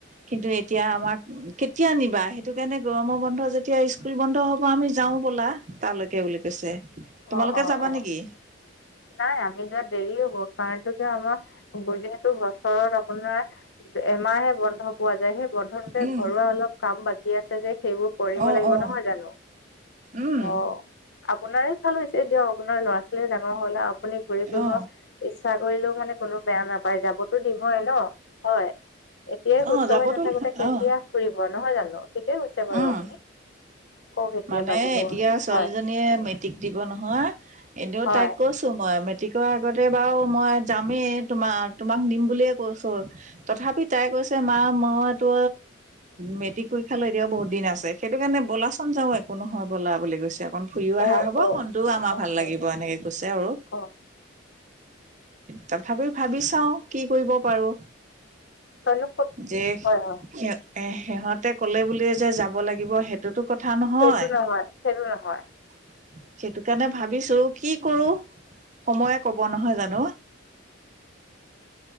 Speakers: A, on the right (about 40°); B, on the left (about 60°).
A: কিন্তু এতিয়া আমাক কেতিয়া নিবা? সেইটো কাৰণে গৰমৰ বন্ধ যেতিয়া স্কুল বন্ধ হ'ব আমি যাও ব'লা, তালৈকে বুলি কৈছে।
B: অ,
A: তোমালোকে
B: অ,
A: যাবা
B: অ,
A: নেকি
B: নাই আমি, যোৱাত দেৰি হ'ব, কাৰণ কি আমাৰ যিহেতু বছৰত আপোনাৰ, এমাহে বন্ধ পোৱা যায়। সেই, বন্ধটোতে
A: উম
B: ঘৰুৱা অলপ কাম বাকী আছে যে। সেইবোৰ কৰিব
A: অ
B: লাগিব,
A: অ
B: নহয় জানো?
A: উম
B: অ, আপোনাৰ ভালে হৈছে দিয়ক, আপোনাৰ ল'ৰা-ছোৱালীয়ে ডাঙৰ হ'ল আৰু। আপুনি ঘূৰি ফুৰিব
A: অ
B: ইচ্ছা কৰিলেও মানে কোনো বেয়া নাপায়। যাবতো দিম ন, হয়? এতিয়াই সুস্থ
A: অ যাবতো
B: হৈ নাথাকোতে কেতিয়া
A: অ
B: ফুৰিব, নহয় জানো। ঠিকে কৈছে বাৰু
A: উম
B: আপুনি। কওক এতিয়া
A: মানে
B: বাকী খবৰ।
A: এতিয়া ছোৱালীজনীয়ে
B: হয়
A: মেট্ৰিক দিব নহয়, এনেও
B: হয়
A: তাইক কৈছ মই মেট্ৰিকৰ আগতে বাৰু মই যামেই। তোমাৰ, তোমাক নিম বুলিয়ে কৈছো। তথাপি তাই কৈছে মা মইতো, মেট্ৰিক পৰীক্ষা লৈ এতিয়াও বহুত দিন আছে। সেইটো কাৰণে ব'লাচোন যাওঁ, একো নহয় ব'লা বুলি কৈছে আকৌ। ফুৰিও অহা
B: অ
A: হ'ব,
B: অ
A: মনটোও আমাৰ
B: অ
A: ভাল
B: অ
A: লাগিব। এনেকে কৈছে আৰু।
B: অ
A: তথাপি ভাবি চাও, কি কৰিব পাৰো?
B: তইনো ক'ত
A: যে,
B: হয় হয়
A: সিহঁত এই, সিহঁতে ক'লে বুলি যে যাব লাগিব, সেইটোত কথা নহয়
B: সেইটো সেইটো নহয়
A: <inaudible> সেইটো কাৰণে ভাবিছো, কি কৰো সময়ে ক'ব নহয় জানো।
B: <unintelligible>